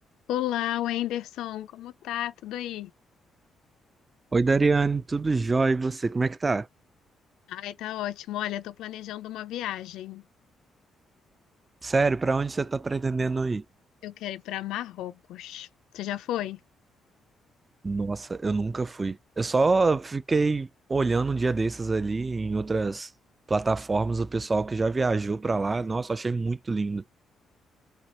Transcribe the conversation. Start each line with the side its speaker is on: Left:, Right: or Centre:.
Left: Olá, Wenderson, como tá? Tudo aí?
Right: Oi, Dariane, tudo jóia? E você, como é que tá?
Left: Ai, tá ótimo. Olha, tô planejando uma viagem.
Right: Sério, pra onde você tá pretendendo ir?
Left: Eu quero ir para Marrocos. Você já foi?
Right: Nossa, eu nunca fui. Eu só fiquei olhando um dia desses ali em outras plataformas, o pessoal que já viajou pra lá. Nossa, achei muito lindo.